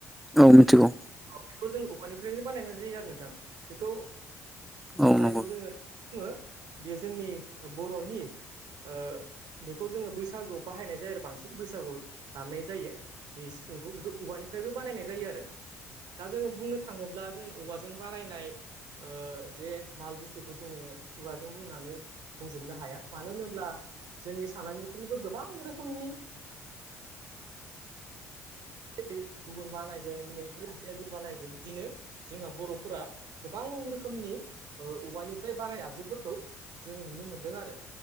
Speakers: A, in the centre; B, on the right (about 60°).
A: औ मिथिखौ
B: बेखौ जों औवानिफ्रायनो बानायना जायो आरो नोंथां बेखौ
A: औ
B: जायखौ
A: नंगौ
B: जोङो बुङो बेयो जोंनि बर'नि ओ बेखौ जोङो बैसागुआव बाहायनाय जायो आरो बांसिन बैसागुआव दामनाय जायो। बे सिफुंखौ बेखौ औवानिफ्रायबो बानायनाय जायो आरो दा जोङो बुंनो थाङोब्ला जों औवाजों बानायनाय जे माल बुस्थुखौ जोङो खुगाजों बुंनानै बुंजोबनो हाया मानो होनोब्ला ब्ला जोंनि सानायनिख्रुइबो गोबां रोखोमनि <unintelligible> गुबुन बानायगोन नै बै सासेया गुबुन बानायगोन बिदिनो जोंहा बर'फोरा गोबां रोखोमनि औवानिफ्राय बानाय आगजुफोरखौ जोङो नुनो मोनदों आरो